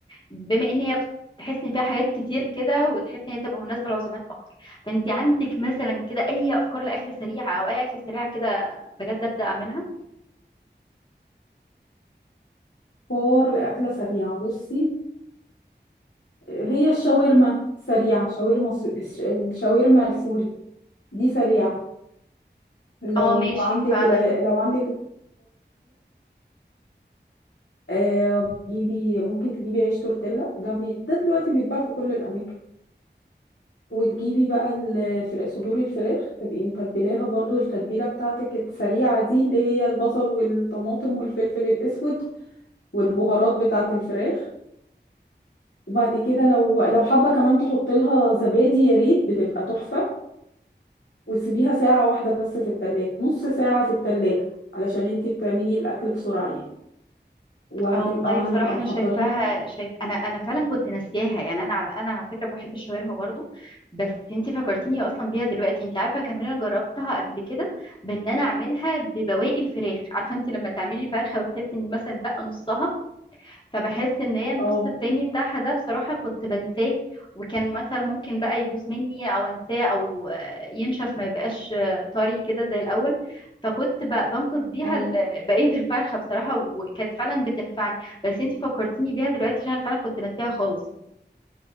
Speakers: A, on the left (about 25°); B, on the left (about 80°).
A: بما ان هي بس- تحس ان فيها حاجات كتير كده وتحس ان هي تبقى مناسبه لعزومات اكتر فانت عندك مثلا كده اي افكار لاكله سريعه او اي اكله سريعه كده بجد ابدا اعملها
B: فطار لأكلة سريعة بصي هي الشاورما سريعة شاورما س- الش- الشاورما السوري دي سريعة لو
A: اه ماشي
B: عندك
A: فعلا
B: لو عندك آه تجيبي ممكن تجيبي عيش تورتيلا ده بي... ده دلوقتي بيتباع في كل الاماكن وتجيبي بقى الفراخ صدور الفراخ تبقي متبلاها برضو التتبيله بتاعتك السريعه دي اللي هي البصل والطماطم والفلفل الاسود والبهارات بتاعه الفراخ وبعد كده لو لو حابه كمان تحط لها زبادي يا ريت بتبقى تحفه وتسيبيها ساعه واحده بس في التلاجة نص ساعه في التلاجة علشان انتي بتعملي الاكل بسرعه يعني وهتبقى
A: اه والله
B: هنبقى
A: بصراحة
B: محضرين
A: أنا شايفاها شايف أنا أنا فعلا كنت ناسياها يعني أنا على أنا على فكرة بحب الشاورما برضو بس أنتي فكرتيني أصلا بيها دلوقتي أنتي عارفة كمان أنا جربتها قبل كده بإن أنا أعملها ببواقي الفراخ عارفة أنتي لما تعملي فرخة وتحسي إن مثلا اتبقى نصها فبحس ان هي النص
B: اه
A: التاني بتاعها ده بصراحة كنت بنساه وكان مثلا ممكن بقى يبوظ مني او انساه او آه، ينشف ما يبقاش آه، طري كده زي الاول فكنت ب- بنقص بيها
B: ايوه
A: ال- بقية الفرخة بصراحة وكانت فعلا بتنفعني بس انتي فكرتيني بيها دلوقتي عشان أنا فعلا كنت ناسيها خالص